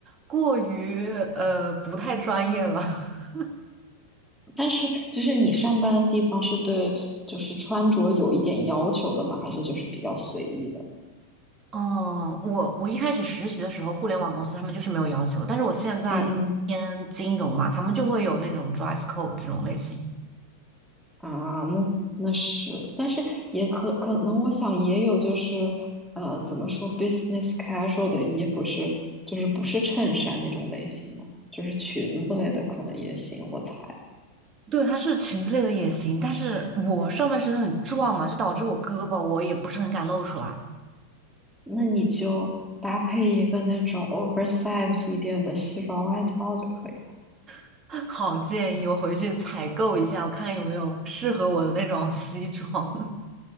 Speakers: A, on the right (about 25°); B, in the centre.
A: 过于呃不太专业了。<laughs>
B: 但是就是你上班的地方是对就是穿着有一点要求的吗？还是就是比较随意的？
A: 嗯，我我一开始实习的时候，互联网公司他们就是没有要求，但是我现在就偏金融嘛，
B: 嗯嗯
A: 他们就会有那种 dress code 这种类型。
B: 啊，那那是，但是也可可能，我想也有就是，呃，怎么说，business casual 的衣服是，就是不是衬衫那种类型的，就是裙子类的可能也行，我猜。
A: 对，它是裙子类的也行，但是我上半身很壮嘛，就导致我胳膊我也不是很敢露出来。
B: 那你就搭配一个那种 oversize 一点的西装外套就可以了。
A: <laughs> 好建议，我回去采购一下，我看看有没有适合我的那种 <laughs> 西装。